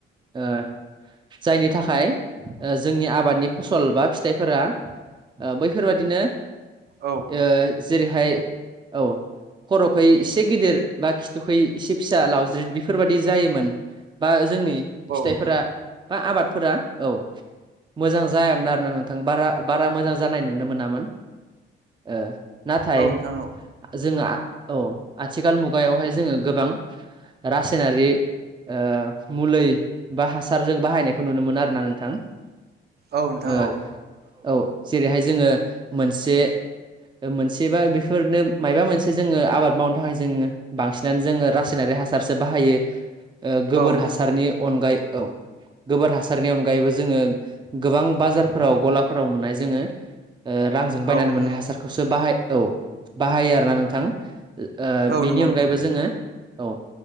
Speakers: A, on the right; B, on the right.
A: ओ जायनि थाखाय ओ जोंनि आबादनि फसल बा फिथाइफोरा ओ बैफोरबायदिनो
B: औ
A: ओ जेरैहाय औ खर'खौ एसे गिदिर बा खिथुखै एसे फिसा लावज्रिद बेफोरबादि जायोमोन बा जोंनि फिथाइफोरा
B: नोंथां
A: बा आबाद फोरा औ मोजां जायामोन आरोना नोंथां बारा बारा मोजां जानाय नुनो मोनामोन ओ। नाथाय
B: औ नोंथां औ
A: जोङो औ आथिखाल मुगायावहाय जोङो गोबां रासायनारि ओ मुलै बा हासारजों बाहायनायखौ नुनो मोनो आरो ना नोंथां।
B: औ नोंथां
A: ओ
B: औ
A: औ जेरैहाय जोङो मोनसे ओ मोनसे बा बेफोरनो मायबा मोनसे जोङो आबाद मावनो थाखाय जोङो बांसिनानो जोङो रासायनारि हासारसो बाहायो। ओ गोबोर
B: औ नोंथां
A: हासारनि
B: औ
A: अनगायै औ गोबोर हासारनि अनगायैबो जोङो गोबां बाजारफोराव गलाफोराव मोननाय जोङो ओ रांजों बायनानै
B: औ नोंथां
A: मोननाय
B: औ
A: हासारखौसो बाहाय औ बाहायो आरोना नोंथां। ओ
B: औ
A: बेनि
B: नंगौ
A: अनगायैबो
B: नोंथां
A: जोङो औ